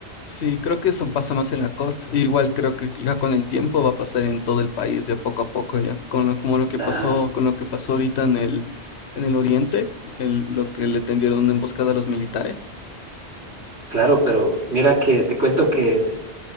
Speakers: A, on the left; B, on the right.
A: Sí, creo que eso pasa más en la costa. Igual creo que ya con el tiempo va a pasar en todo el país, ya poco a poco, ya con lo, como lo que
B: La...
A: pasó, con lo que pasó ahorita en el en el oriente, el, lo que le tendieron una emboscada a los militares.
B: Claro, pero mira que te cuento que